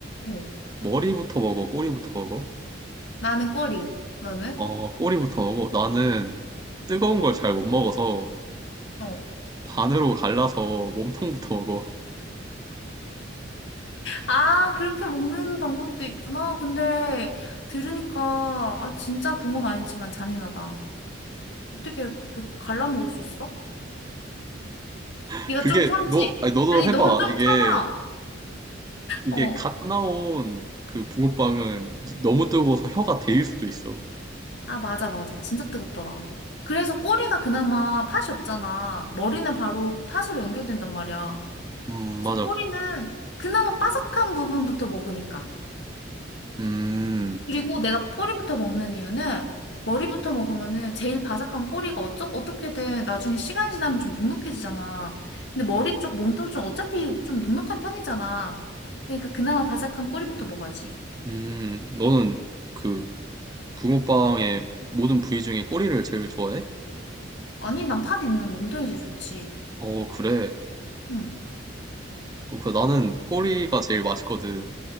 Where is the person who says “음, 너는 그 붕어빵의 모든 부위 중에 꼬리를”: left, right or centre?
Right